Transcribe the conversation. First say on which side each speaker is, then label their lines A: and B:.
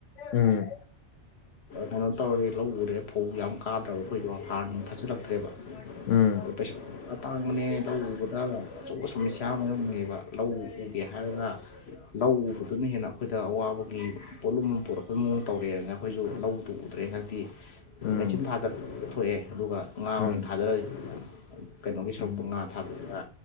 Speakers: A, on the left; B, on the left.
A: ꯎꯝ
B: ꯀꯩꯅꯣ ꯇꯧꯔꯦ ꯂꯧ ꯎꯔꯦ ꯐꯧ ꯌꯥꯝ ꯀꯥꯗ꯭ꯔꯕ ꯑꯩꯈꯣꯏꯗꯣ ꯍꯥꯔꯅꯨꯡ ꯐꯖꯤꯜꯂꯛꯇ꯭ꯔꯦꯕ
A: ꯎꯝ
B: ꯄꯩꯁꯥ ꯑꯇꯥꯡꯕꯅꯦ ꯂꯧ ꯎꯕꯗ ꯑꯆꯧꯕ ꯁꯃꯁ꯭ꯌꯥ ꯃꯥꯏꯌꯣꯛꯅꯦꯕ ꯂꯧ ꯎꯒꯦ ꯍꯥꯏꯔꯒ ꯂꯧ ꯎꯕꯗ ꯑꯗꯨꯅ ꯍꯦꯟꯅ ꯑꯩꯈꯣꯏꯗ ꯑꯋꯥꯕꯒꯤ ꯄꯣꯠꯂꯨꯝ ꯑꯃ ꯄꯨꯔꯛꯄꯩ ꯃꯑꯣꯡ ꯇꯧꯔꯛꯑꯦ ꯑꯗꯨꯅ ꯑꯩꯈꯣꯏꯁꯨ ꯂꯧꯗꯨ ꯎꯗ꯭ꯔꯦ ꯍꯟꯗꯛꯇꯤ
A: ꯎꯝ
B: ꯃꯦꯆꯤꯟ ꯊꯥꯗ ꯊꯣꯛꯑꯦ ꯑꯗꯨꯒ ꯉꯥ ꯑꯣꯏꯅ
A: ꯎꯝ
B: ꯊꯥꯗꯔ ꯀꯩꯅꯣꯒꯤ ꯁꯔꯨꯛꯇꯣ
A: ꯎꯝ
B: ꯉꯥ ꯊꯔꯒ